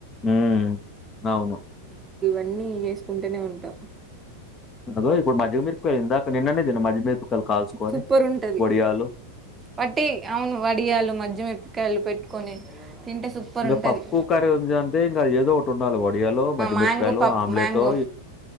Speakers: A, on the left (about 25°); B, on the right (about 20°).
A: ఉ అవును
B: అన్నీ చేసుకుంటూనే ఉంటాం
A: అదో ఇప్పుడు మజ్జిగ మిరపకాయ్ ఇందాక నిన్ననే తిన మజ్జిగ మీరపకాయల్ కాల్సుకొని
B: సూపర్ ఉంటుంది
A: వడియాలు
B: వట్టి అవును వడియాలు మజ్జిమిరపకాయలు పెట్టుకొని తింటే సూపర్
A: ఇంగ
B: ఉంటుంది
A: పప్పు కర వజాంటే ఇంగ ఏదో ఒక ట్ ఉండాలి వడియాలో మజ్జిగ
B: మ్యాంగో
A: మిరకాయలు
B: పప్పు
A: ఆమ్లెటో
B: మ్యాంగో